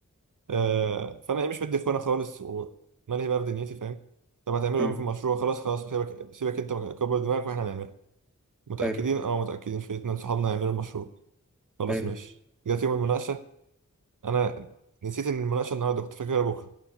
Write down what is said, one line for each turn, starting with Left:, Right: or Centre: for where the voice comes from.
Right: آه، فانا ايه مش مدي اخوانا خالص ومالي بقى في دنيتي فاهم طب هتعملوا
Centre: امم
Right: ايه في المشروع خلاص خلاص سيبك سيبك انت كبر دماغك واحنا هنعمله متاكدين
Centre: حلو
Right: اه متاكدين في اتنين صحابنا هيعملوا المشروع خلاص
Centre: حلو
Right: ماشي جت يوم المناقشه انا نسيت ان المناقشه النهارده كنت فاكرها بكره